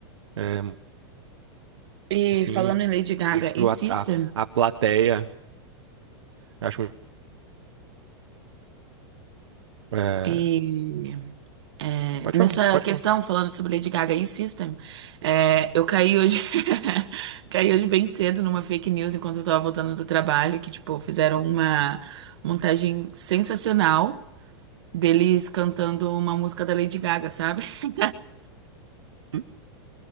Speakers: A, on the right; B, on the right.
A: É,
B: E
A: assim,
B: falando em Lady Gaga
A: eu vejo
B: e System,
A: a, a, a plateia, eu acho, é,
B: e é,
A: pode
B: nessa
A: falar, pode
B: questão,
A: falar.
B: falando sobre Lady Gaga e System, é, eu caí hoje, <laughs> caí hoje bem cedo numa fake news enquanto eu tava voltando do trabalho, que, tipo, fizeram uma montagem sensacional deles cantando uma música da Lady Gaga, sabe? <laughs>
A: Hum?